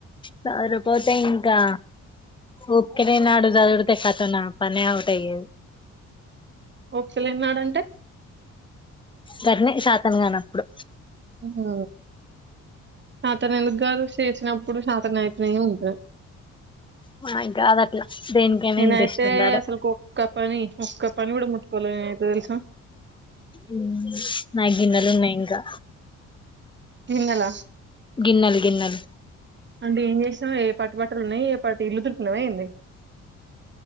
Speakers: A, on the left; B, on the right.
A: సరిపోతే ఇంకా ఉకినే నాడు జదిరితే కథ నా పనే అవుట్ అయ్యేది
B: ఒకేలే అన్నాడంటే
A: గట్నే చేతకనప్పుడు
B: హ అతను ఎందుకు గారు చేసినప్పుడు సాతన అయితేనే ఉంటంది.
A: మనం కాదు అట్లా దేనికైనా
B: నేనైతే
A: ఇంట్రెస్ట్ ఉండాలె
B: అసలు ఒక్క పని ఒక్క పని కూడా ముట్టుకోలే నేనైతే తెలుసా
A: ఊ నాయి గిన్నెలు ఉన్నాయి ఇంకా
B: గిన్నెలా
A: గిన్నలు గిన్నలు
B: అంటే ఏం చేసాం ఏ పట్టు పట్ ట్ ఉన్నాయి ఏ పాటి ఇల్లు తులుపునవ ఏంది